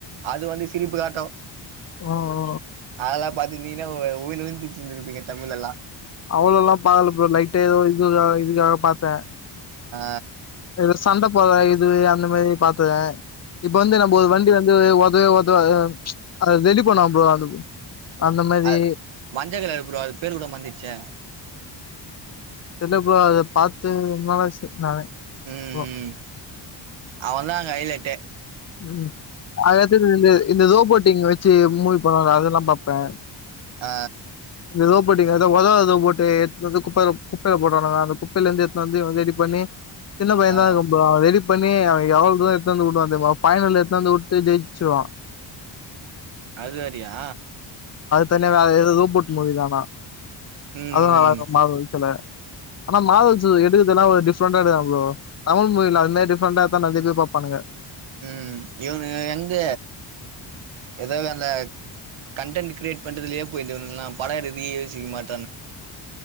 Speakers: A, on the right; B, on the left.
A: அது வந்து சிரிப்பு காட்டு
B: ஓ ஓ
A: அதெல்லா பாத்துரிந்தீங்கனா உழ்ந்து உழுந்து சிருச்சிருப்பீங்க தமிழ்லலா
B: அவ்ளோலா பாக்கல ப்ரோ லைட்டு ஏதோ இதுவுக்கா இதுக்காக பாத்தே
A: ஆ
B: இ சண்ட போழை இது அந்த மாரி பாத்துதே இப்ப வந்து நம்ம வண்டி வந்து அ ஒதாவது அ ரெடி பண்ணா ப்ரோ அது அந்த மாரி
A: அ மஞ்சகலரு ப்ரோ அது பேரு கூட மறந்துச்சு
B: தெல்லப் ப்ரோ அத பாத்தே ரொம்ப நாளாச்சு நானே
A: ம்
B: அ
A: ம் அவன் தா அங்க ஹைலைட்
B: ம் அ இந்த இந்த ரோபோட்டிங்க வச்சு பா அததுல்லா பாப்பே
A: ஆ
B: இந்த ரோபோட்டங்க ஏ உதவாத ரோபோட்டு எடுத்துனு வந்து குப்பை குப்பையில போட்டுனாங்க அந்த குப்பையிலிருந்து எத்துனு வந்து ரெடி பண்ணி சின்ன பையன
A: ஆ
B: தா இருக்கும் ப்ரோ அவ ரெடி பண்ணி அவ எவ்வள தூ எடுத்தந்து விடுவான் பைனல்ல எத்தந்து விட்டு ஜெயிச்சுவா
A: அது வறியா
B: தனிய வேற எதுது ரோபோட் மூவி தானா
A: ம்
B: அத நல்
A: ம்
B: மாச்சில ஆனா மாதவன் சார் எடுக்கதுலா ஒரு டிஃப்ரண்டா எடுக்காங்க ப்ரோ தமிழ் மொழில அது மாதி டிஃப்ரெண்டா தா நரைய எதிர் பாப்பா ணுங்க
A: ம் இவனு எங்க எதாது அந்த கண்டென்ட் கரியேட் பண்றதுலயே போய்து இதுங்கலா படோ எடுக்குதே யோசிக்க மாட்